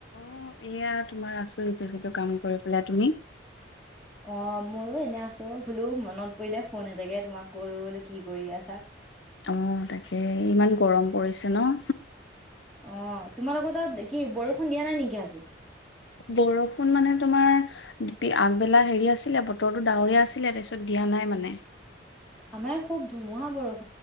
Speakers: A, on the left (about 70°); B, in the centre.
A: অ' এয়া তোমাৰ আছো ইটো -সিটো কাম কৰি পেলায়। তুমি?
B: অ' মইও এনে আছো বোলো মনত পৰিলে ফোন এটাকে তোমাক কৰো কি কৰি আছা?
A: অ'তাকে। ইমান গৰম পৰিছে ন?
B: অ', তোমাৰ লগত তাত কি বৰষুণ দিয়া নাই নেকি আজি?
A: বৰষুণ মানে তোমাৰ আগবেলা হেৰি আছিলে বতৰটো ডাৱৰীয়া আছিলে তাৰপিছত দিয়া নাই মানে।
B: আমাৰ খুব ধুমুহা বৰস